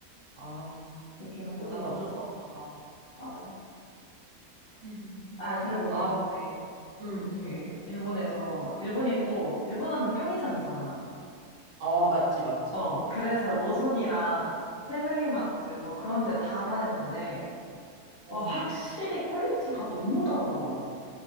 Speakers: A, on the right; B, on the left.
A: 아,
B: 느낌
A: 한국인은
B: 달라가지고.
A: 어쩔 수 없나 봐.
B: 맞아.
A: <laughs>
B: 아, 그리고
A: 아,
B: 이번에
A: 응, 응.
B: 그 일본에서 일본이 또 일본 하면 편의점이잖아.
A: 아, 맞지, 맞지.
B: 어, 그래서 로손이랑 패밀리마트 뭐 그런 데 다 다녔는데
A: 어.
B: 어, 확실히 퀄리티가 너무 다르더라.